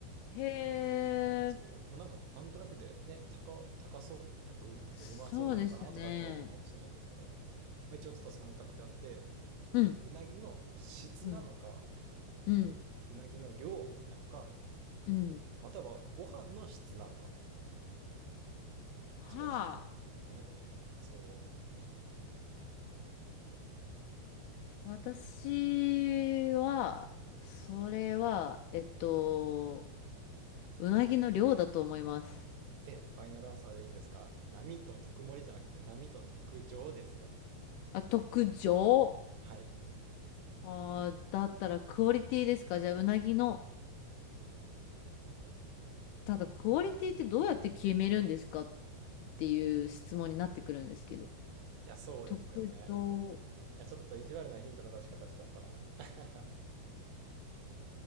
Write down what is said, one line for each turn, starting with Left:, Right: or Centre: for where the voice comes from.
Left: へえ、
Right: そう、まあなんかなんとなくでね、高、高そう、高くてうまそうなのかなとかって思うかもしれないんですけど、
Left: そうですね。
Right: まあ、一応ちょっと三択であって、
Left: うん、
Right: うなぎの質なのか、
Left: うん、うん、
Right: うなぎの量なのか、
Left: うん。
Right: またはご飯の質なのか。どっちが違いますかねっていう。
Left: はあ。
Right: そ
Left: 私は、
Right: う。
Left: それは、えっと、うなぎの量だと思います。
Right: え、ファイナルアンサーでいいんですか波と特盛りじゃなくて波と特上ですよ。
Left: あ、特上。
Right: はい。い
Left: ああ、だったらクオリティですかじゃあ、うなぎの。ただ、クオリティってどうやって決めるんですかっていう質問になってくるんですけど。
Right: や、そうですよね。
Left: 特徴。
Right: いや、ちょっと意地悪なヒントの出し方しちゃったな。<laughs>